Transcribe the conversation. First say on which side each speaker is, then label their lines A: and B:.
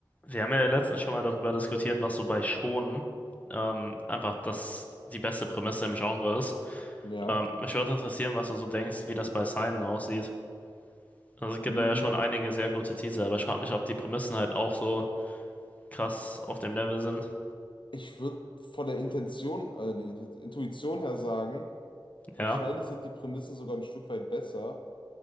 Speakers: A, on the left (about 20°); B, on the left (about 75°).
A: Wir haben ja letztens schon mal darüber diskutiert, was so bei Shonen ähm, einfach das die beste Prämisse im Genre ist.
B: Ja.
A: Ähm, mich würde interessieren, was du so denkst, wie das bei Seinen aussieht. Also es gibt
B: Mm,
A: da ja schon einige sehr gute Titel, aber ich frag mich, ob die Prämissen halt auch so krass auf dem Level sind.
B: Ich würde von der Intention, äh, nee, Intuition her sagen, wahrscheinlich
A: Ja.
B: sind die Prämissen sogar ein Stück weit besser.